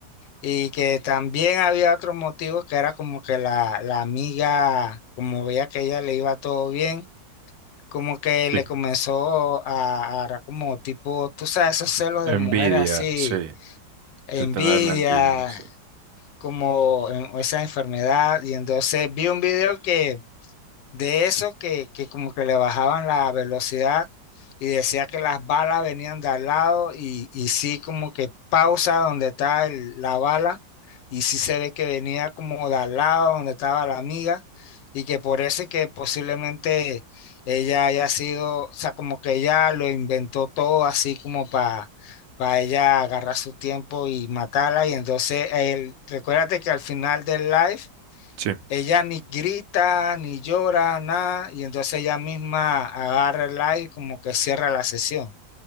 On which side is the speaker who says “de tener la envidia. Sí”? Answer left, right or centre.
Right